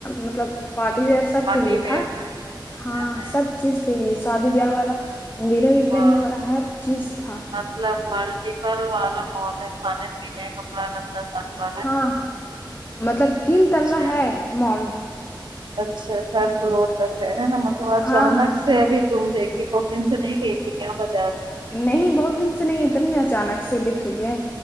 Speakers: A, on the left (about 25°); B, on the right (about 70°).
A: مطلب پارٹی ویئر تک
B: پارٹی
A: کے لیے
B: ویئر
A: تھا
B: میں ہے
A: ہاں
B: نا
A: سب چیز کے لیے شادی بیاہ والا ڈیلی ویر
B: واہ
A: پہنے والا ہر چیز تھا
B: مطلب ملٹیپل والا مال ہے کھانے پینے کپڑا لتا تا سب وا
A: ہاں مطلب تین تللا
B: اچھا
A: ہے مال
B: اچھا تھرڈ فلور تک ہے ہے نا مطلب اچانک
A: ہاں ہاں
B: سے ابھی تم دکھی دو دن سے نہیں گئی تھی کیا بازار
A: نہیں بہت دن سے نہیں تم نے اچانک سے دکھ لے گئے